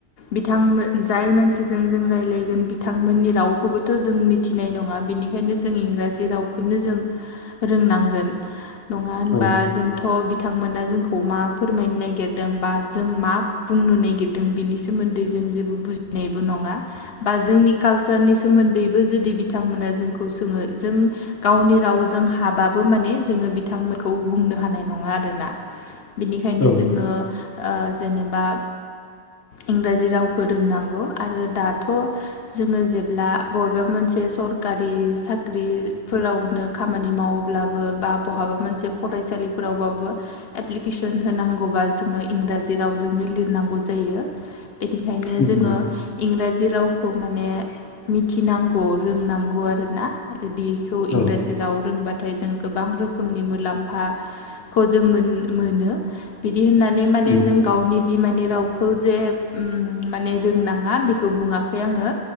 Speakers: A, on the left (about 60°); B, on the left (about 20°).
A: बिथांमोन जाय मानसिजों जों रायजलायगोन बिथांमोननि रावखौबोथ' जों मिथिनाय नङा बिनि खायनो जों इंराजि रावखोनो जों रोंनांगोन। नङा होनबा
B: औ
A: जोंथ' बिथांमोना जोंखौ मा फोरमायनो नागिरदों बा जों मा बुंनो नागिरदों बिनि सोमोन्दै जो जों बुजिनायबो नङा बा जोंनि कालसारनि सोमोन्दैबो जुदि बिथांमोना जोंखौ सोङो जों गावनि रावजों हाबाबो माने जोङो बिथांमोनखौ बुंनो हानाय नङा आरोना बिनिखायनो
B: औ
A: जोङो ओ जेनेबा इंराजि रावखौ रोंनांगौ आरो दाथ' जोङो जेब्ला बबेबा मोनसे सरकारि साख्रि फोरावनो खामानि मावोब्लाबो बा बहाबा मोनसे फरायसालिफोरावबाबो एप्लिकेसन होनांगौबा जोङो इंराजि रावजोंनो लिरनांगौ जायो बिनिखायनो
B: नंगौ
A: जोङो इंराजि रावखौ माने मिथिनांगौ रोंनांगौ आरोना बेखौ इंराजि
B: औ
A: राव रोंबा थाय जों गोबां रोखोमनि मुलामफाखौ जों मोन मोनो। बि दि होननानै माने
B: उम
A: जों गावनि बिमानि रावखो जे उम माने रोंनाङा बेखौ बुङाखै आङो।